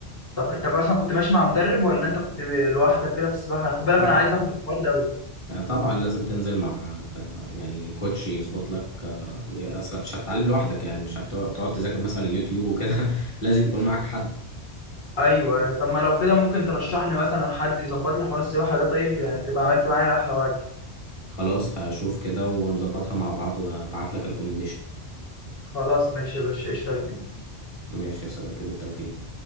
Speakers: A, on the left; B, on the left.
A: طب انت اصلا كنت ماشي مع مدرب ولا انت كنت ب- لوحدك كده في السباحه خد بالك
B: طبعا
A: انا عايز اخد الحوار ده أوي.
B: آه، طبعا لازم تنزل مع ت- يعني كوتش يظبط لك آه، ي- اصلا مش هتتعلم لوحدك يعني مش هتقعد تذاكر مثلا يوتيوب وكده <laughs> لازم يكون معاك حد
A: ايوه طب ما لو كده ممكن ترشح لي مثلا حد يظبط لي حوار السباحه ده طيب يعني تبقى عملت معايا احلى واجب
B: خلاص هشوف كده ونظبطها مع بعض وابعت لك ريكومنديشن
A: خلاص ماشي يا باشا قشطه يا كبير.
B: ماشي يا صديقي بالتوفيق